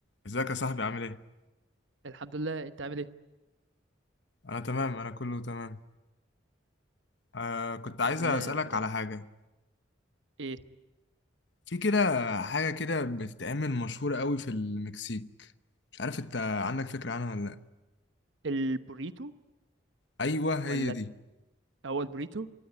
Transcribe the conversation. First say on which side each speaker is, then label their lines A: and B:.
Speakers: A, on the left; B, on the right.
A: ازيك يا صاحبي عامل ايه؟
B: الحمد لله انت عامل ايه
A: انا تمام انا كله تمام آه كنت عايز
B: الحمد لله
A: اسالك
B: يا رب دايما
A: على حاجه
B: ايه
A: في كده حاجه كده بتتعمل مشهوره قوي في المكسيك مش عارف انت عندك فكره عنها ولا لا
B: البوريتو
A: ايوه
B: ولا
A: هي دي
B: هو البوريتو